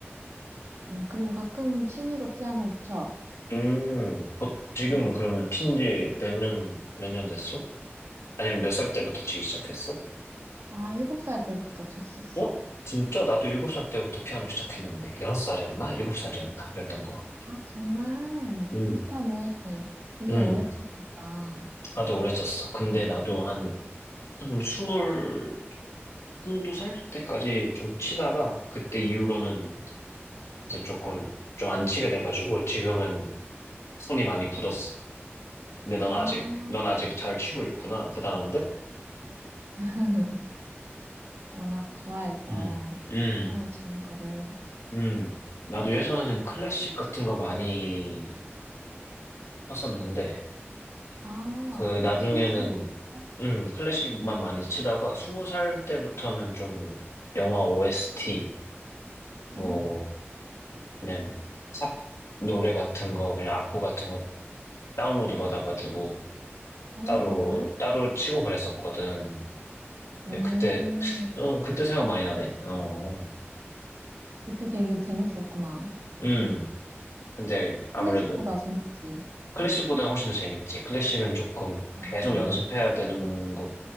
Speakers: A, on the right; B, on the left.
A: 어, 그리고 가끔 취미로 피아노도 쳐.
B: 음. 뭐, 지금
A: 어,
B: 그러면 친지 몇 년, 몇 년 됐어? 아니면 몇 살 때부터 치기 시작했어?
A: 아, 일곱 살 때부터 쳤었어.
B: 어? 진짜? 나도 일곱 살 때부터 피아노 시작했는데, 여섯 살이었나? 일곱 살이었나? 그랬던 거 같아.
A: 아, 정말
B: 음,
A: 비슷하네. 되게
B: 음.
A: 오래 쳤겠다.
B: 나도 오래 쳤어. 근데 나도 한, 한 스물, 한두 살 때까지 좀 치다가, 그때 이후로는 이제 조금 좀 안 치게 돼가지고 지금은 손이 많이 굳었어. 근데 넌
A: 아,
B: 아직 넌 아직 잘 치고 있구나. 대단한데?
A: <laughs> 워낙 좋아해서
B: 음, 음,
A: 피아노 치는 거를.
B: 음. 나도 예전에는 클래식 같은 거 많이 쳤었는데
A: 아,
B: 그 나중에는
A: 클래식만 쳤어?
B: 음 클래식만 많이 치다가 스무 살 때부터는 좀 영화 OST 뭐
A: 아.
B: 그냥 삽 노래 같은 거 그냥 악보 같은 거 다운로드 받아가지고
A: 어,
B: 따로
A: 정말?
B: 따로 치고 그랬었거든.
A: 오,
B: 네, 그때, 어, 그때 생각 많이 나네? 어,
A: 그때 되게 재밌었구나.
B: 음. 근데
A: 클래식보다
B: 아무래도
A: 재밌지.
B: 클래식보다는 훨씬 더 재밌지. 클래식은 조금
A: 맞아.
B: 계속 연습해야 되는 것,